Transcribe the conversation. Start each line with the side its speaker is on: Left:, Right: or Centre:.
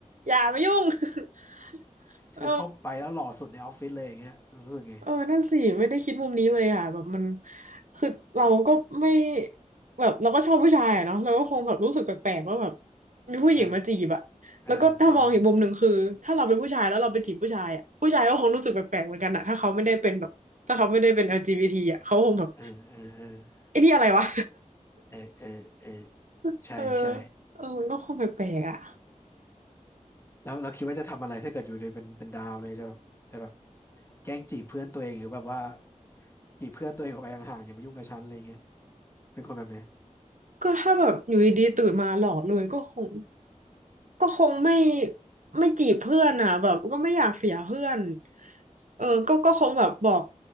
Right: อย่ามายุ่ง <laughs>
Left: <laughs>
Right: เออ
Left: คือเข้าไปแล้วหล่อสุดในออฟฟิศเลยอย่างเงี้ยรู้สึกไง
Right: เออนั่นสิไม่ได้คิดมุมนี้เลยอ่ะแบบมันคือเราก็ไม่แบบเราก็ชอบผู้ชายอะเนาะเราก็คงแบบรู้สึกแปลกๆว่าแบบมีผู้หญิงมาจีบอะแล้วก็ถ้ามองอีกมุมหนึ่งคือถ้าเราเป็นผู้ชายแล้วเราไปจีบผู้ชายอะผู้ชายก็คงรู้สึกแปลกๆเหมือนกันอะถ้าเขาไม่ได้เป็นแบบถ้าเขาไม่ได้เป็น
Left: อ่าอ่า
Right: LGBT อลจีบีทีอะเขาคงแบบ
Left: ออเออเออเออ
Right: ไอ้นี่อะไรวะ
Left: เออเออเออ
Right: <laughs>
Left: ใช่ใช่
Right: เออเออมันก็คงแปลกๆอะ
Left: แล้วเราคิดว่าจะทำอะไรถ้าเกิดอยู่ในเป็นเป็นดาวเลยจะจะแบบแกล้งจีบเพื่อนตัวเองหรือแบบว่าจีบเพื่อนตัวเองออกไปห่างๆอย่ามายุ่งกับฉันอะไรเงี้ยเป็นคนแบบไหน
Right: ก็ถ้าแบบอยู่ดีๆตื่นมาหล่อเลยก็คงก็คงไม่ไม่จีบเพื่อนอ่ะแบบก็ไม่อยากเสียเพื่อนเออก็ก็คงแบบบอก